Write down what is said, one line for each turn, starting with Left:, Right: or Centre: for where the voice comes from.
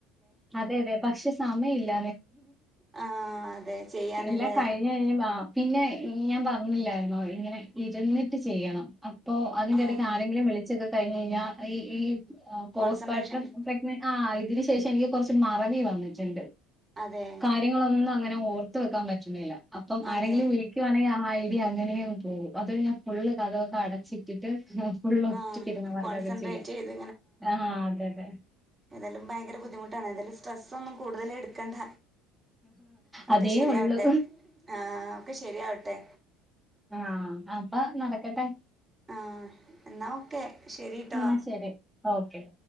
Centre: അതെ അതെ പക്ഷെ സമയില്ല
Right: ആഹ് അതെ ചെയ്യാന്ല്ലേ
Centre: എല്ലാം കഴിഞ്ഞഞ് പിന്നെ ഞാൻ പറഞ്ഞില്ലായിരുന്നോ ഇങ്ങനെ ഇരുന്നിട്ട് ചെയ്യണം. അപ്പോ അതിന്റെ
Right: ആഹ്
Centre: ഇടയ്ക്ക് ആരെങ്കിലും വിളിച്ചൊക്കെ കഴിഞ്ഞ് കഴിഞ്ഞാൽ ഈ ഈ പോസ്റ്റുപാർട്ട്
Right: കോൺസെൻട്രേഷൻ കി
Centre: പ്രഗ്ന ആ ഇതിന് ശേഷം എനിക്ക് കുറച്ച് മറവി വന്നിട്ടുണ്ട്.
Right: അതെ
Centre: കാര്യങ്ങളൊന്നും അങ്ങനെ ഓർത്ത് വെക്കാൻ പറ്റുന്നില്ല അപ്പം ആരെങ്കിലും
Right: അതെ
Centre: വിളിക്കുവാണെങ്കിൽ ഐഡിയ അങ്ങനെയ പോകും അതൊ ഞാൻ ഫുള് കഥകൊക്കെ അടച്ചിട്ടിട്ട് ഫുള്ള് ഒറ്റിക്കിരുന്ന
Right: ആഹ്
Centre: വർക്കൊക്കെ
Right: കോൺസെൻട്രേറ്റ്
Centre: ചെയ്യ
Right: ചെയ്ത്
Centre: ആ ആ അതെ അതെ.
Right: എന്തായാലും ഭയങ്കര ബുദ്ധിമുട്ടാണ് എന്തായാലും സ്ട്രെസ് ഒന്നും കൂടുതൽ എടുക്കണ്ട. ഒക്കെ
Centre: അതേ
Right: ശെരിയാവട്ടെ
Centre: ഉള്ളൂ
Right: ആ ഒക്കെ ശെരിയാവട്ടെ.
Centre: ആ അപ്പൊ നടക്കട്ടെ.
Right: ആ എന്നാ ഓക്കെ ശരിട്ടോ.
Centre: എന്നാ ശരി ഓക്കെ